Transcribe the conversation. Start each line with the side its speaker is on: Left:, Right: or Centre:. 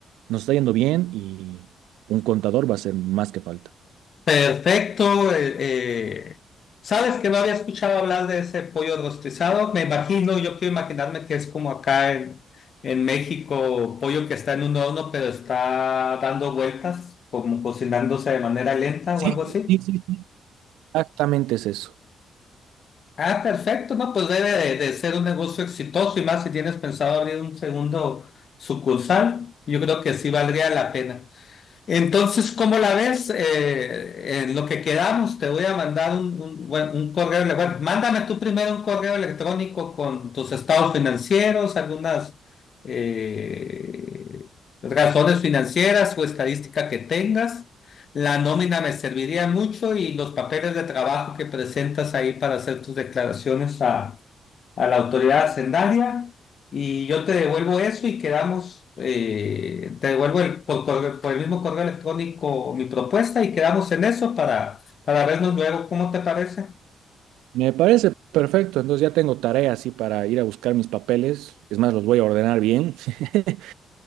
Right: nos está yendo bien y un contador va a ser más que falta.
Left: Perfecto. eh, eh, ¿Sabes que no había escuchado hablar de ese pollo rostizado? Me imagino, yo quiero imaginarme que es como acá en, en México, pollo que está en un horno, pero está dando vueltas, como cocinándose de manera lenta
Right: Sí,
Left: o algo así.
Right: sí, sí, sí, exactamente es eso.
Left: Ah, perfecto, no, pues debe de, de ser un negocio exitoso y más si tienes pensado abrir un segundo sucursal, yo creo que sí valdría la pena. Entonces, ¿cómo la ves? Eh, en lo que quedamos, te voy a mandar un, un, bueno, un correo. ele- Bueno, mándame tú primero un correo electrónico con tus estados financieros, algunas eh, razones financieras o estadística que tengas. La nómina me serviría mucho y los papeles de trabajo que presentas ahí para hacer tus declaraciones a la autoridad hacendaria y yo te devuelvo eso y quedamos, eh, te devuelvo el- por, correo- por el mismo correo electrónico mi propuesta y quedamos en eso para, para vernos luego, ¿cómo te parece?
Right: Me parece perfecto. Entonces ya tengo tarea así para ir a buscar mis papeles. Es más, los voy a ordenar bien. <laughs>